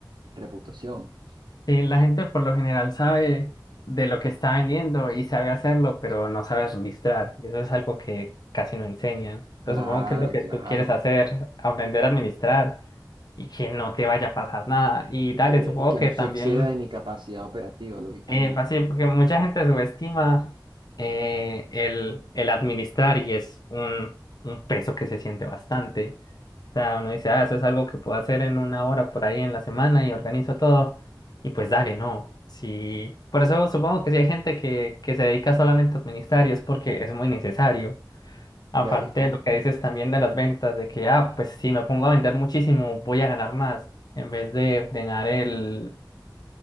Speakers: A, on the right (about 85°); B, on the left (about 55°).
A: reputación.
B: Sí, la gente por lo general sabe de lo que está vendiendo y sabe hacerlo, pero no sabe administrar. Y Eso es algo que casi no enseñan. Entonces,
A: Claro,
B: supongo que es lo que
A: claro.
B: tú quieres hacer, aprender a administrar y que no te vaya a pasar nada. Y
A: Y
B: dale,
A: que,
B: supongo
A: y que
B: que
A: no se
B: también
A: exceda de mi capacidad operativa, lógicamente.
B: eh, fácil, porque mucha gente subestima eh, el, el administrar y es un, un peso que se siente bastante. O sea, uno dice, ah, eso es algo que puedo hacer en una hora por ahí en la semana y organizo todo. Y pues dale, no. Sí, por eso supongo que si hay gente que, que se dedica solamente a administrar y es porque es muy necesario. Aparte
A: Lógico,
B: de lo que dices también de las ventas, de que, ah, pues si me pongo a vender muchísimo, voy a ganar más, en vez de frenar el,